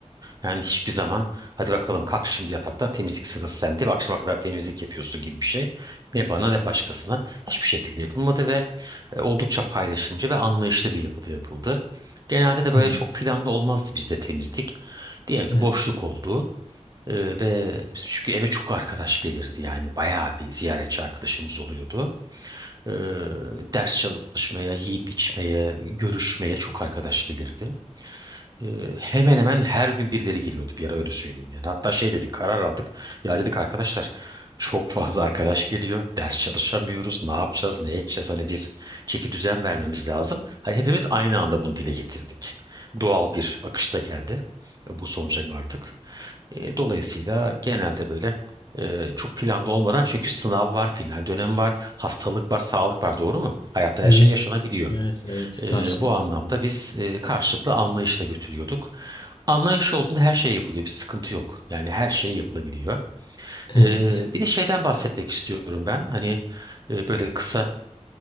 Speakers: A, on the right; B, on the left.
A: yani hiçbir zaman hadi bakalım kalk şimdi yataktan temizlik sırası sende. ve Akşama kadar temizlik yapıyorsun gibi bir şey. Ne bana ne başkasına hiçbir şekilde yapılmadı ve e, oldukça paylaşımcı ve anlayışlı bir yapıda yapıldı. Genelde de böyle
B: evet,
A: çok planlı olmazdı bizde temizlik. Diyelim ki
B: evet,
A: boşluk oldu. Ee, ve biz çünkü eve çok arkadaş gelirdi yani bayağı bir ziyaretçi arkadaşımız oluyordu. Ee, ders çalışmaya, yiyip içmeye, görüşmeye çok arkadaş gelirdi. Ee, hemen hemen her gün birileri geliyordu bir ara öyle söyleyeyim yani. Hatta şey dedik karar aldık. Ya dedik arkadaşlar çok fazla arkadaş geliyor. Ders çalışamıyoruz. Ne yapacağız? Ne edeceğiz? Hani bir çeki düzen vermemiz lazım. Hani hepimiz aynı anda bunu dile getirdik. Doğal bir akışta geldi. E, Bu sonuca vardık. E, dolayısıyla genelde böyle e, çok planlı olmadan çünkü sınav var, final dönemi var, hastalık var, sağlık var doğru mu? Hayatta
B: evet,
A: her şey yaşanabiliyor.
B: evet, evet,
A: E,
B: karşılık.
A: bu anlamda biz e, karşılıklı anlayışla götürüyorduk. Anlayış olduğunda her şey yapılıyor. Bir sıkıntı yok. Yani her şey yapılabiliyor.
B: Evet.
A: Ee, bir de şeyden bahsetmek istiyorum ben. Hani e, böyle kısa